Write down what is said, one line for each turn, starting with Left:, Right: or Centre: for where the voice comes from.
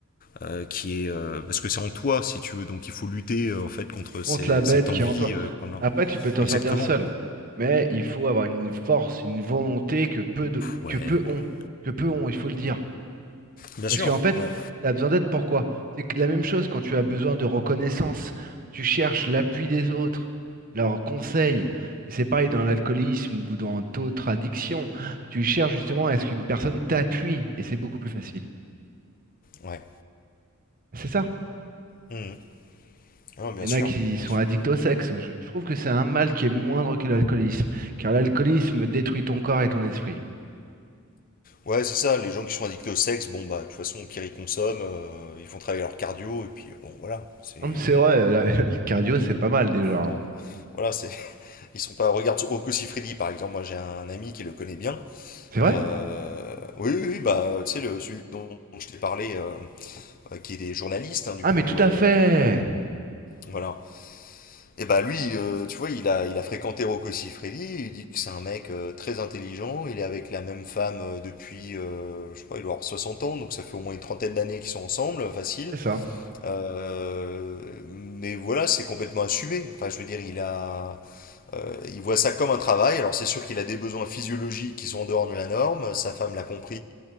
Left: euh, qui est. euh, parce que c'est en toi, si tu veux, donc il faut lutter euh, en fait contre
Right: Contre
Left: ces-
Right: la bête
Left: cette
Right: qui
Left: envie.
Right: est en toi.
Left: euh, pendant-
Right: Après, tu peux t'en
Left: Exactement.
Right: sortir seul. Mais il faut avoir une force, une volonté que peu de-
Left: Ouais,
Right: que peu
Left: mais.
Right: ont. Que peu ont, il faut le dire.
Left: Bien
Right: Parce
Left: sûr,
Right: qu'en fait,
Left: ouais.
Right: tu as besoin d'aide pourquoi? C'est que la même chose quand tu as besoin de reconnaissance, tu cherches l'appui des autres, leurs conseils. Et c'est pareil dans l'alcoolisme ou dans d'autres addictions. Tu cherches justement à ce qu'une personne t'appuie et c'est beaucoup plus facile.
Left: Ouais.
Right: C'est ça.
Left: Mhm. Ah, bien
Right: Il y
Left: sûr,
Right: en a qui sont
Left: bien sûr.
Right: addicts au sexe. Je, je trouve que c'est un mal qui est moindre que l'alcoolisme, car l'alcoolisme détruit ton corps et ton esprit.
Left: Ouais, c'est ça, les gens qui sont addictés au sexe, bon bah de toute façon au pire ils consomment, euh, ils font travailler leur cardio et puis euh, bon voilà, c'est
Right: Non, mais c'est vrai, la- <laughs> le cardio, c'est pas mal déjà. hein.
Left: bon. Voilà, c'est <laughs> ils sont pas regarde Rocco Siffredi par exemple, moi j'ai un ami qui le connaît bien.
Right: C'est vrai?
Left: Euh, Oui oui, oui, bah tu sais le celui dont je t'ai parlé euh, euh, qui est des journalistes hein, du
Right: Ah,
Left: coup
Right: mais tout à
Left: euh,
Right: fait!
Left: voilà. Et bah lui euh, tu vois, il a il a fréquenté Rocco Siffredi, il dit que c'est un mec euh, très intelligent, il est avec la même femme euh, depuis euh, je sais pas, il doit avoir 60 ans, donc ça fait au moins une trentaine d'années qu'ils sont ensemble, euh, facile.
Right: C'est ça.
Left: Euh, mais voilà, c'est complètement assumé. Enfin, je veux dire, il a, euh, il voit ça comme un travail. Alors, c'est sûr qu'il a des besoins physiologiques qui sont en dehors de la norme. Sa femme l'a compris.